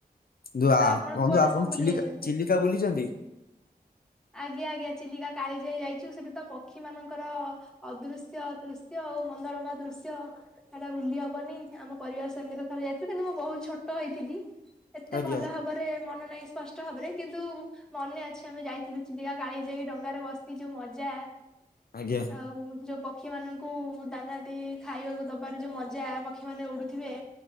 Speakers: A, on the left; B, in the centre.
A: ତୁ ଆ
B: ଆପଣ
A: ରୁହନ୍ତୁ
B: କୁଆଡେ
A: ଆପଣ
B: ସବୁ ବୁଲି
A: ଚିଲିକା
B: ଯାଇଛନ୍ତି?
A: ଚିଲିକା ବୁଲିଚନ୍ତି?
B: ଆଜ୍ଞା ଆଜ୍ଞା ଚିଲିକା କାଳି ଯାଇ ଯାଇଚୁ ସେଠି ତ ପକ୍ଷୀ ମାନଙ୍କର ଅଦୃଶ୍ୟ ଦ ଆଉ ମନୋରମା ଦୃଶ୍ୟ। ହେଟା ବୁଲି ହବନି ଆମ ପରିବାର ସଙ୍ଗେତ ଥରେ ଯାଇଥିଲୁ କିନ୍ତୁ ମୁଁ ବହୁତ ଛୋଟ ହେଇଥିଲି। ଏତେ
A: ଆଜ୍ଞା
B: ଭଲ ଭାବରେ ମନ ନାହିଁ ସ୍ପଷ୍ଟ ଭାବରେ କିନ୍ତୁ ମନେ ଅଛି ଆମେ ଯାଇଥିଲୁ ଚିଲିକା କାଳି ଯାଇ ଡଙ୍ଗାରେ ବସିକି ଯୋଉ ମଜା।
A: ଆଜ୍ଞା।
B: ଆଉ ଯୋଉ ପକ୍ଷୀ ମାନଙ୍କୁ ଦାନା ସେ ଖାଇବାକୁ ଦବାର ଯୋଉ ମଜା ପକ୍ଷୀମାନେ ଉଡୁଥିବେ।